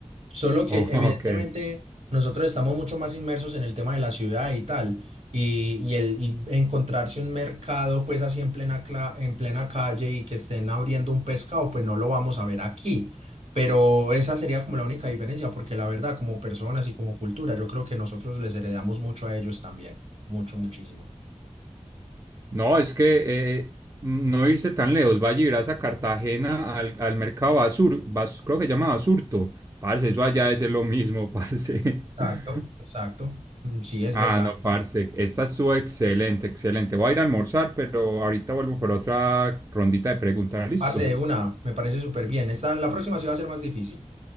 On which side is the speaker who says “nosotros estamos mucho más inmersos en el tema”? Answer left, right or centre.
Right